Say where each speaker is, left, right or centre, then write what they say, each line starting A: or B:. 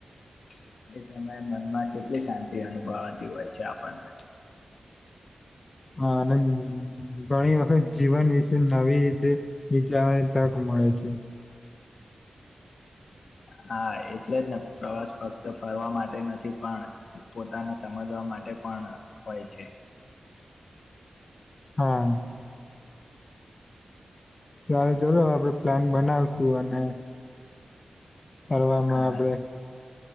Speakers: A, on the left; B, on the left.
A: <unintelligible> સમયે મનમાં કેટલી શાંતિ અનુભવાતી હોય છે આપણને
B: હ અને ઘણી વખત જીવન વિશે નવી રીતે વિચારવાની તક મળે છે.
A: હા એટલે જને પ્રવાસ ફક્ત ફરવા માટે નથી પણ પોતાને સમજવા માટે પણ હોય છે.
B: હા. સારું ચલો હવે પ્લાન બનાવશું અને ફરવામાં
A: હા
B: આપડે